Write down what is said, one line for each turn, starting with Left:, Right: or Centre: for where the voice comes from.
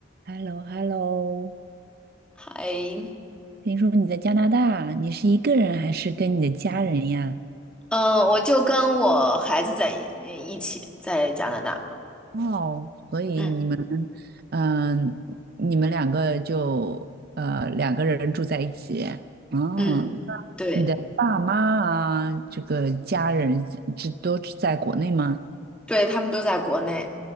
Right: h e l l o h e l l o
Centre: 还，
Right: 听说你在加拿大，你是一个人还是跟你的家人呀？
Centre: 嗯，我就跟我孩子在一呃一起在加拿大，
Right: 哦，所以你们，
Centre: 嗯
Right: 嗯、你们两个就呃两个人住在一起，嗯，
Centre: 嗯，对
Right: 你的爸妈啊，这个家人这都是在国内吗？
Centre: 对，他们都在国内，